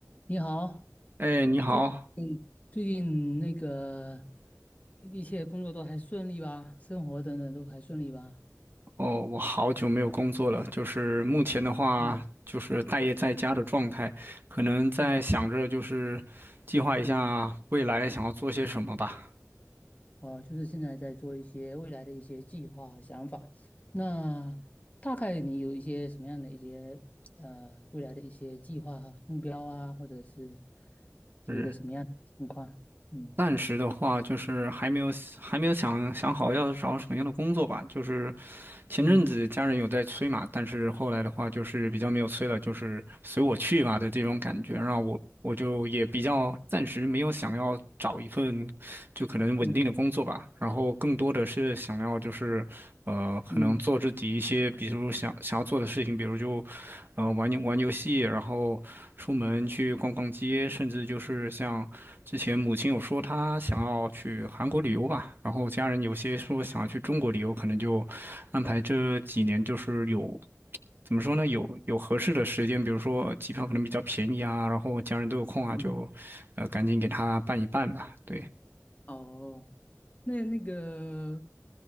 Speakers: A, on the left; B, on the right.
A: 你好，
B: 哎，你好，
A: 最近最近那个一切工作都还顺利吧？生活等等都还顺利吧？
B: 哦，我好久没有工作了，就是目前的话，
A: 嗯
B: 就是待业在家的状态，可能在想着就是计划一下未来想要做些什么吧。
A: 嗯嗯，哦，就是现在在做一些未来的一些计划和想法。那大概你有一些什么样的一些呃未来的一些计划和目标啊，或者是
B: 是，
A: 有一个什么样的情况？嗯
B: 暂时的话就是还没有还没有想想好要找什么样的工作吧。就是前阵子家人有在催嘛，
A: 嗯
B: 但是后来的话就是比较没有催了，就是随我去吧的这种感觉，让我我就也比较暂时没有想要找一份。就可能稳定的工作吧，
A: 嗯
B: 然后更多的是想要就是，呃，可能做自己一些，
A: 嗯
B: 比如想想要做的事情，比如就，呃，玩游玩游戏，然后出门去逛逛街，甚至就是像之前母亲有说她想要去韩国旅游吧，然后家人有些说想要去中国旅游，可能就安排这几年就是有。怎么说呢？有有合适的时间，比如说机票可能比较便宜啊，然后家人都有空啊，
A: 嗯
B: 就，呃，赶紧给他办一办吧。对。
A: 哦，那那个